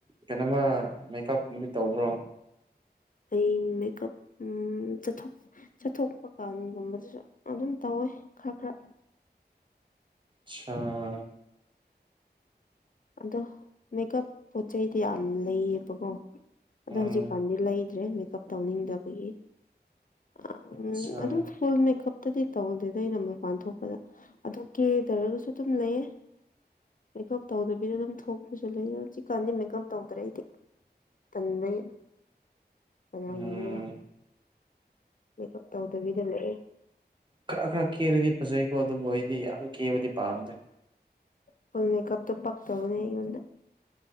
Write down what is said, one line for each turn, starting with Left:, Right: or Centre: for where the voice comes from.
Right: ꯀꯩꯅꯣꯃ ꯃꯦꯀꯞꯕꯨ ꯇꯧꯕ꯭ꯔꯣ
Left: ꯑꯩ ꯃꯦꯀꯞ ꯎꯝ ꯆꯠꯊꯣꯛ ꯆꯠꯊꯣꯛꯄ ꯀꯥꯟꯒꯨꯝꯕꯗꯁꯨ ꯑꯗꯨꯝ ꯇꯧꯋꯦ ꯈꯔ ꯈꯔ
Right: ꯁꯥ
Left: ꯑꯗꯣ ꯃꯦꯀꯞ ꯄꯣꯠ ꯆꯩꯩꯗꯤ ꯌꯥꯝ ꯂꯩꯌꯦꯕꯀꯣ ꯑꯗꯣ
Right: ꯎꯝ
Left: ꯍꯧꯖꯤꯛꯀꯥꯟꯗꯤ ꯂꯩꯗ꯭ꯔꯦ ꯃꯦꯀꯞ ꯇꯧꯅꯤꯡꯗꯕꯒꯤ ꯑꯝ
Right: ꯑꯆꯥ
Left: ꯑꯗꯨ ꯐꯨꯜ ꯃꯦꯀꯞꯇꯗꯤ ꯇꯧꯗꯦꯗ ꯑꯩꯅ ꯃꯄꯥꯟ ꯊꯣꯛꯄꯗ ꯑꯗꯨ ꯀꯦꯗꯔꯒꯁꯨ ꯑꯗꯨꯝ ꯂꯩꯌꯦ ꯃꯦꯀꯞ ꯇꯧꯗꯕꯤꯗ ꯑꯗꯨꯝ ꯊꯣꯛ ꯄꯁꯨ ꯂꯩꯌꯦ ꯍꯧꯖꯤꯛꯀꯥꯟꯗꯤ ꯃꯦꯀꯄ ꯇꯧꯗꯔꯦ ꯑꯩꯗꯤ ꯇꯜ ꯂꯦꯅ ꯀꯅꯥ
Right: ꯎꯝ
Left: ꯌꯦꯡꯒꯦꯔꯣ ꯃꯦꯀꯞ ꯇꯧꯗꯕꯤꯗ ꯂꯩꯑꯦ
Right: ꯈ꯭ꯔ ꯈ꯭ꯔ ꯀꯦꯔꯗꯤ ꯐꯖꯩꯀꯣ ꯑꯗꯨꯕꯨ ꯑꯩꯗꯤ ꯌꯥꯝ ꯀꯦꯕꯗꯤ ꯄꯥꯝꯗꯦ
Left: ꯐꯨꯜ ꯃꯦꯀꯞꯇꯣ ꯄꯛꯇꯕꯅꯦ ꯑꯩꯉꯣꯟꯗ